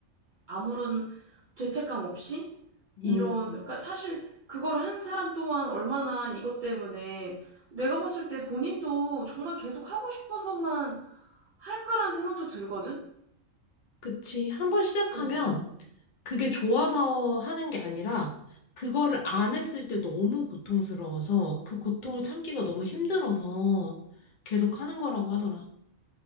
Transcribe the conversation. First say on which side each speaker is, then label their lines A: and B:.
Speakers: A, on the right; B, on the left.
A: 아무런 죄책감 없이
B: 음.
A: 이런 그러니까 사실 그걸 한 사람 또한 얼마나 이것 때문에 내가 봤을 때 본인도 정말 계속 하고 싶어서만 할까라는 생각도 들거든?
B: 그치. 한번 시작하면
A: 어.
B: 그게 좋아서 하는 게 아니라 그거를 안 했을 때 너무 고통스러워서 그 고통을 참기가 너무 힘들어서 계속 하는 거라고 하더라.